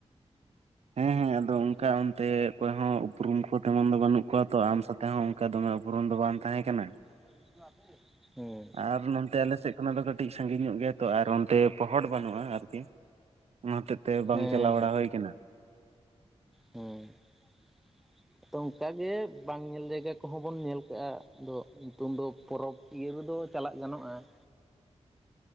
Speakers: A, on the right (about 65°); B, in the centre.
A: ᱦᱮᱸ ᱦᱮᱸ ᱟᱫᱚ ᱚᱱᱠᱟ ᱚᱱᱛᱮ ᱚᱠᱚᱭ ᱦᱚᱸ ᱩᱯᱨᱩᱢ ᱠᱚ ᱛᱮᱢᱚᱱ ᱫᱚ ᱵᱟᱹᱱᱩᱜ ᱠᱚᱣᱟ ᱛᱚ ᱟᱢ ᱥᱟᱣᱼᱼ ᱚᱠᱟ ᱦᱚ ᱚᱱᱠᱟ ᱫᱚᱢᱮ ᱩᱯᱨᱩ ᱫᱚ ᱵᱟᱝ ᱛᱟᱦᱮᱸ ᱠᱟᱱᱟ
B: ᱦᱩᱸ ᱾
A: ᱟᱨ ᱱᱚᱛᱮ ᱟᱞᱮ ᱥᱮᱜ ᱠᱷᱚᱱᱟᱜ ᱫᱚ ᱠᱟᱹᱴᱤᱡ ᱥᱟᱺᱜᱤᱧ ᱧᱚᱜ ᱜᱮᱭᱟ ᱛᱚ ᱟᱨ ᱚᱱᱛᱮ ᱯᱚᱦᱚᱴ ᱵᱟᱹᱱᱩᱜᱼᱟ ᱟᱨᱠᱤ᱾ ᱚᱱᱟ ᱦᱚᱛᱮ ᱛᱮ ᱵᱟᱝ
B: ᱦᱮᱸ
A: ᱪᱟᱞᱟᱣ ᱵᱟᱲᱟ ᱦᱩᱭ ᱠᱟᱱᱟ ᱾
B: ᱦᱩᱸ ᱾ ᱛᱚ ᱚᱱᱠᱟᱜᱮ ᱵᱟᱝ ᱧᱮᱞ ᱡᱟᱭᱜᱟ ᱠᱚᱦᱚᱸ ᱵᱚᱱ ᱧᱮᱞ ᱠᱟᱜᱼᱟ ᱫᱚ ᱧᱩᱛᱩᱢ ᱫᱚ ᱯᱚᱨᱚᱵ ᱾ ᱤᱭᱟᱹ ᱨᱮᱫᱚ ᱪᱟᱞᱟᱜ ᱜᱟᱱᱚᱜᱼᱟ ᱾